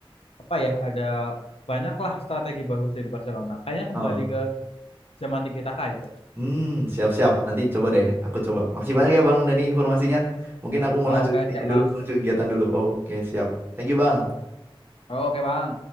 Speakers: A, on the left (about 85°); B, on the right (about 20°).
A: apa ya? Ada banyaklah strategi bagus dari Barcelona. Kayaknya kembali
B: oh.
A: ke zaman Tiki Taka itu.
B: Hmm, siap-siap. Nanti coba deh. Aku coba. Makasih banyak ya Bang Dani informasinya. Mungkin aku mau
A: Oke,
B: lanjut ini
A: siap
B: dulu,
A: Bang.
B: lanjut kegiatan dulu. Oke, siap. Thank you Bang.
A: Oke, Bang.